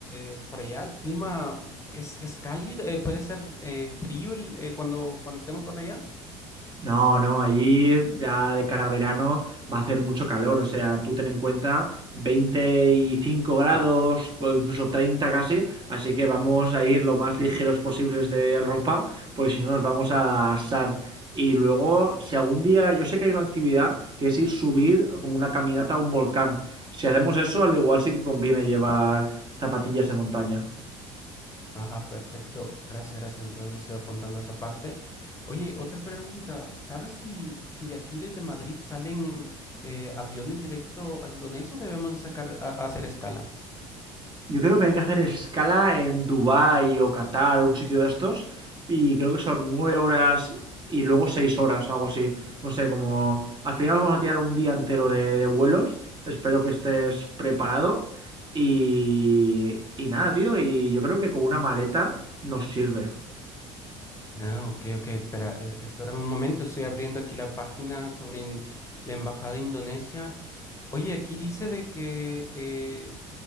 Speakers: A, on the left (about 20°); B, on the right (about 30°).
A: eh, por allá? El clima es, es cálido, eh, puede ser eh, frío el, eh, cuando cuando estemos por allá.
B: No, no, allí ya de cara a verano va a hacer mucho calor, o sea, tú ten en cuenta 25 grados o incluso 30 casi, así que vamos a ir lo más ligeros posibles de ropa, porque si no nos vamos a asar. Y luego, si algún día, yo sé que hay una actividad que es ir subir como una caminata a un volcán, si hacemos eso, al igual sí que conviene llevar zapatillas de montaña.
A: Ajá, perfecto. Gracias, gracias. Entonces ya estoy apuntando esa parte. Oye, otra pregunta. ¿Sabes si, si de aquí desde Madrid salen eh, aviones directo a Indonesia o debemos de sacar a, a hacer escala?
B: Yo creo que hay que hacer escala en Dubái o Qatar, un sitio de estos, y creo que son nueve horas y luego seis horas o algo así. No sé, como al final vamos a tirar un día entero de, de vuelos. Espero que estés preparado. Y, y nada, tío, y yo creo que con una maleta nos sirve.
A: Ah, ok, ok. Espera, eh, espérame un momento. Estoy abriendo aquí la página sobre in- la Embajada de Indonesia. Oye, aquí dice de que eh,